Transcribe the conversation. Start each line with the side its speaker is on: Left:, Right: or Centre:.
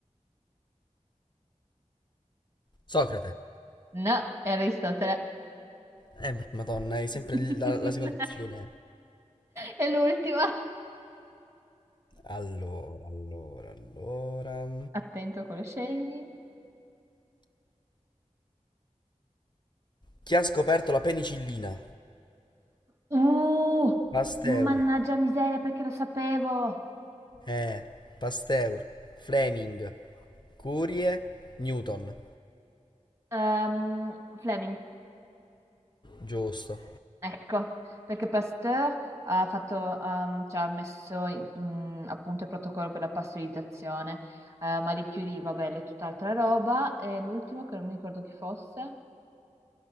Left: Socrate.
Right: No, è Aristotele.
Left: Eh, ma- Madonna, è sempre
Right: <laughs>
Left: la, la seconda opzione.
Right: È l'ultima.
Left: Allora, allora, allora.
Right: Attento a quello scegli.
Left: Chi ha scoperto la penicillina?
Right: Uh,
Left: Pasteur.
Right: mannaggia miseria, perché lo sapevo.
Left: Eh, Pasteur, Fleming, Curie, Newton.
Right: Ehm, Fleming,
Left: Giusto.
Right: ecco, perché Pasteur ha fatto, ehm, ci ha messo in- mm, appunto il protocollo per la pastorizzazione. Eh, Marie Curie, vabbè, è tutt'altra roba. E l'ultimo che non mi ricordo chi fosse.